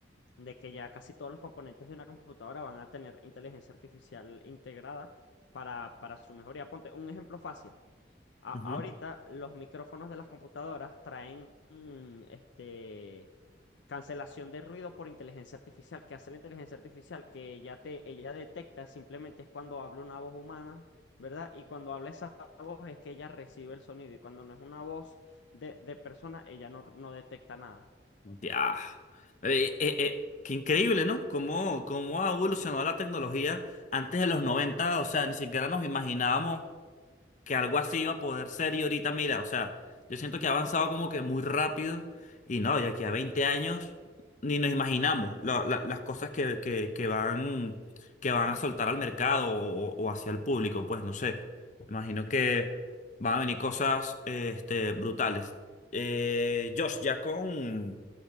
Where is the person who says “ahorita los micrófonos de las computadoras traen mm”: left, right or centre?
Left